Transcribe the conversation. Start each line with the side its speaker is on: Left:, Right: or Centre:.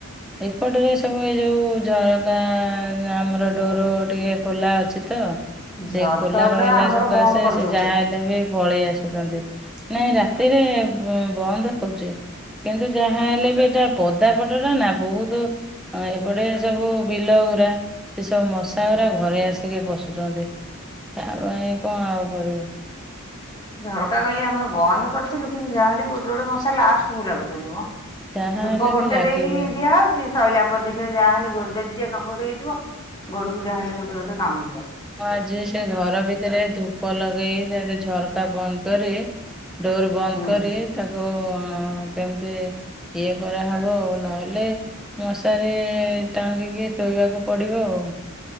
Centre: ଏପଟରେ ଏ ସବୁ ଏଇ ଯୋଉ ଝର କା ଆମର ଡୋର୍ ଟିକେ ଖୋଲା ଅଛି ତ
Left: ଝରକା
Centre: ସେ ଖୋଲା
Left: ଗୁଡା
Centre: ରହିଲା
Left: ଆମର
Centre: ସକାଶେ
Left: ବନ୍ଦ କରିଦଉଛୁ
Centre: ସେ ଯାହା ହେଲେ ବି ପଳେଇ ଆସୁଚନ୍ତି। ନାଇଁ ରାତିରେ ବନ୍ଦ ହଉଚି। କିନ୍ତୁ ଯାହା ହେଲେ ବି ଏଟା ପଦା ପଟଟା ନା ବହୁତୁ ଏପଟେ ସବୁ ବିଲଗୁରା ସେ ସବୁ ମଶା ଗୁରା
Left: ହୁଁ।
Centre: ଘରେ ଆ ସିକି ପଶୁଚନ୍ତି ତା ପାଇଁ କଣ ଆଉ କରିବୁ।
Left: ଝରକା କାଲି ଆମର ବନ୍ଦ କରିଥିଲୁ କିନ୍ତୁ ଯାହାହେଲି ବି ଗୋଟେ-ଗୋଟେ ମସା ଲାଷ୍ଟକୁୁ ଲାଗୁଛନ୍ତି ମ।
Centre: ଯାହା
Left: ଧୂପ
Centre: ହେଲେ
Left: ଗୋଟେ
Centre: ବି ଲାଗିବେ।
Left: ଦେଇକି ଦିଆହଉ ଚି ସଇଲା ପରେ ଦେଖିବା ଯାହାହେଲେ ଗୋଡ ଯଦି ଟିକେ ନ ଘୋଡେଇ ହେଇଥିବ ଗୋଡକୁ ଯାହାହେଲେ ଗୋଟେ-ଗୋଟେ <unintelligible>
Centre: ମୁଁ ଆଜି ସେ ଘର ଭିତରେ ଧୂପ ଲଗେଇ <unintelligible> ଝରକା ବନ୍ଦ କରି ଡୋର ବନ୍ଦ
Left: ହୁଁ।
Centre: କରି ତାକୁ କେମିତି ଇଏ କରାହବ ଉ ନହେଲେ ମଶାରେ ଟାଙ୍ଗିକି ଶୋଇବାକୁ ପଡିବ ଆଉ।